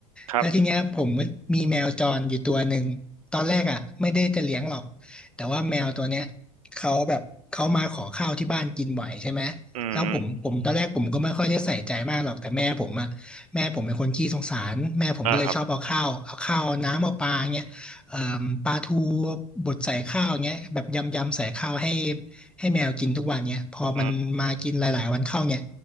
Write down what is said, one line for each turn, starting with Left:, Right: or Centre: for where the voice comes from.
Right: ครับ
Centre: แล้วทีเนี้ยผมมีแมวจรอยู่ตัวหนึ่งตอนแรกอ่ะไม่ได้จะเลี้ยงหรอกแต่ว่าแมวตัวเนี้ยเขาแบบเขามาขอข้าวที่บ้านกินบ่อยใช่ไหมแล้วผมผมตอนแรกผมก็ไม่ค่อยได้ใส่ใจมากหรอกแต่แม่ผมอ่ะ
Right: อืม
Centre: แม่ผมเป็นคนขี้สงสาร แม่ผมก็เลยชอบเอาข้าวเอาข้าวเอาน้ำเอาปลาเงี้ยเอ่มปลาทู
Right: อ่าครับ
Centre: บดใส่ข้าวเงี้ยแบบยำยำใส่ข้าวให้ให้แมวกินทุกวันเนี้ยพอมันมากินหลายๆวันเข้าเนี่ย
Right: อืม